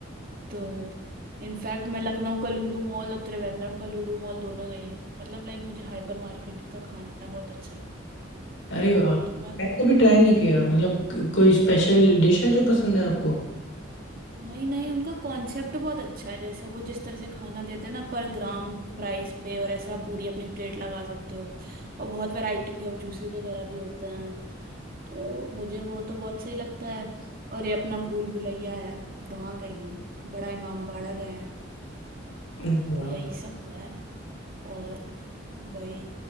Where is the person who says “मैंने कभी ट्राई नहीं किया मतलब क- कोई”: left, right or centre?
Left